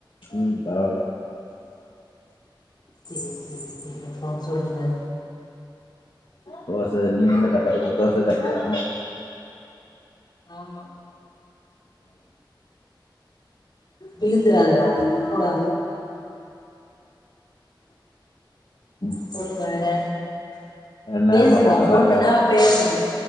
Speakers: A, on the left (about 80°); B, on the left (about 60°).
A: உம் பரவால்ல
B: சேரி -சேரி சேரி அப்பறோ சொல்லுங்க
A: தோச சட்னி நீங்க என்ன சாப்டீங்க தோச சட்னி தானா
B: ஆமா விழுந்துராதரா போடா
A: ம்.
B: சொல்லுங்க வேற
A: என்ன
B: பேசுங்க
A: உங்க அப்பா அம்மா
B: ஃபோன்
A: நல்லா இருக்காகளா
B: பண்ணா பேசணு